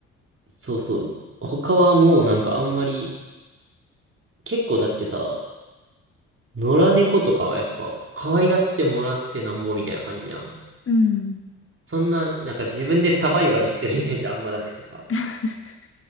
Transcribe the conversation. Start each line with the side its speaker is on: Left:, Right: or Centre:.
Right: そうそう。他はもうなんかあんまり、結構だってさ、野良猫とかはやっぱ可愛がってもらってなんぼみたいな感じじゃん。
Left: うん。
Right: そんな、なんか自分でサバイバルしてるイメージあんまなくてさ。
Left: <laughs>